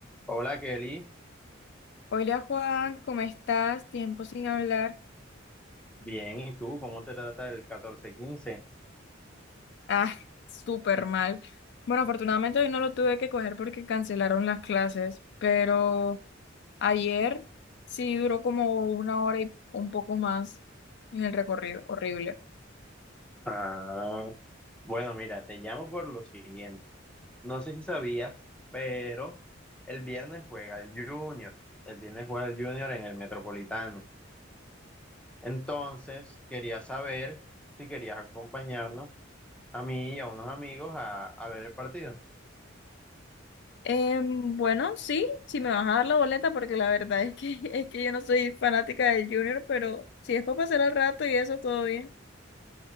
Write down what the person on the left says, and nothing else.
Hola Juan, ¿cómo estás? Tiempo sin hablar.
Ah, <laughs> súper mal. Bueno, afortunadamente hoy no lo tuve que coger porque cancelaron las clases, pero ayer sí duró como una hora y un poco más en el recorrido. Horrible.
Em, bueno, sí, si me vas a dar la boleta, porque la verdad es que, <laughs> es que yo no soy fanática del Junior, pero si es para pasar el rato y eso, todo bien.